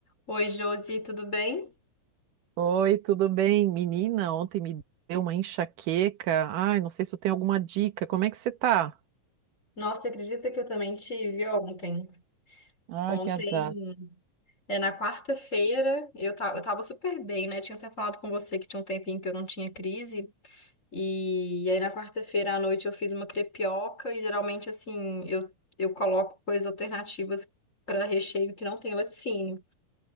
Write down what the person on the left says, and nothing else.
Oi, Josi, tudo bem?
Nossa, acredita que eu também tive ontem?
Ontem,
é na quarta-feira, eu, ta- eu tava super bem, né? Tinha até falado com você que tinha um tempinho que eu não tinha crise. E, aí, na quarta-feira à noite, eu fiz uma crepioca. E geralmente, assim, eu, eu coloco coisas alternativas para recheio que não tem laticínio.